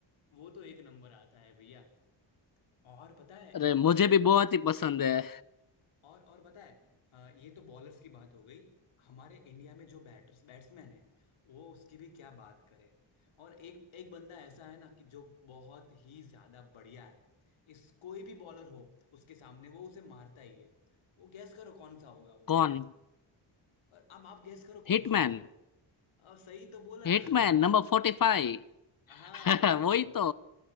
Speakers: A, on the left; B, on the left.
A: वो तो एक नंबर आता है भैया और पता है
B: अरे मुझे भी बहुत ही पसंद है
A: और और पता है अ, ये तो बॉलर्स की बात हो गई हमारे इंडिया में जो बैटर्स बैट्समैन है वो उसकी भी क्या बात करे और एक एक बंदा ऐसा है ना कि जो बहुत ही ज्यादा बढ़िया है इस कोई भी बॉलर हो उसके सामने वो उसे मारता ही है वो गैस करो कौन सा होगा वो
B: कौन
A: अब आप गैस करो कौन
B: Hitman
A: सा होगा वो अब सही तो बोला
B: Hitman
A: <laughs>
B: number forty five
A: हाँ वही
B: <laughs> वही
A: तो
B: तो